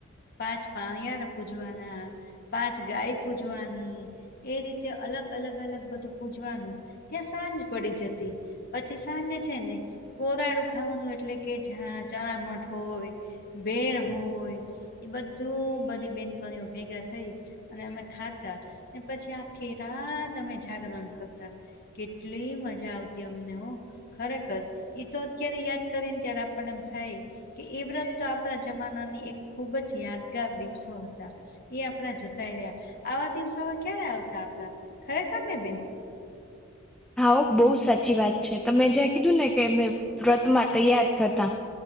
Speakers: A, on the left (about 50°); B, in the centre.
A: પાંચ પાણીયાર પૂજવાના પાંચ ગાય પૂજવાની એ રીતે અલગ અલગ અલગ બધું પૂજવાનું ત્યાં સાંજ પડી જતી પછી સાંજે છે ને કોરાડું ખાવાનું એટલે કે જ્યાં ચણ મઠ હોય બેર હોય એ બધું બધી બેનપણીઓ ભેગા થઈ અને અમે ખાતા અને પછી આખી રાત અમે જાગરણ કરતા કેટલી મજા આવતી અમને હો ખરેખર તો અત્યારે યાદ કરી ને ત્યારે આપ પણ એમ થાય કે એ વ્રત તો આપણા જમાનાની એક ખૂબ જ યાદગાર દિવસો હતા એ આપણા જતાય રહ્યા આવા દિવસો હવે ક્યારે આવશે આપડા ખરેખર ને બેન
B: હા બહુ સાચી વાત છે તમે જ્યાં કીધું ને કે મે વ્રતમાં તૈયાર થતા